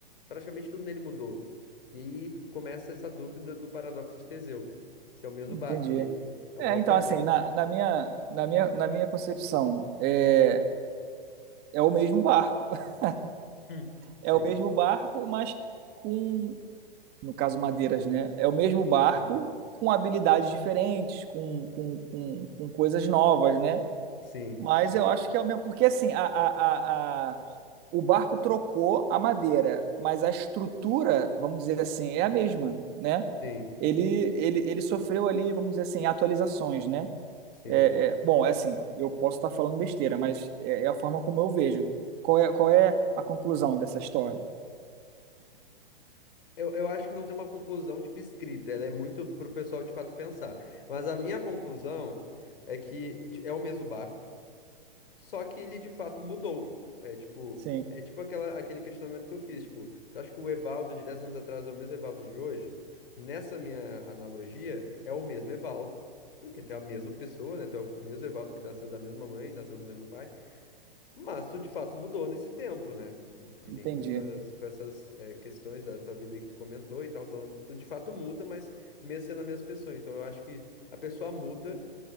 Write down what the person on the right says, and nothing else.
entendi.
É, então assim, na, na minha, na minha, na minha concepção, é, é o mesmo barco. <laughs>
É o mesmo barco, mas com, no caso madeiras, né? É o mesmo barco
com habilidades diferentes, com, com, com, com coisas novas, né?
Mas eu acho que é o mesmo, porque assim, a, a, o barco trocou a madeira, mas a estrutura, vamos dizer assim, é a mesma, né?
Ele, ele, ele sofreu ali, vamos dizer assim, atualizações, né?
É, é, bom, é assim, eu posso estar falando besteira, mas é, é a forma como eu vejo. Qual é, qual é a conclusão dessa história?
Sim,
entendi.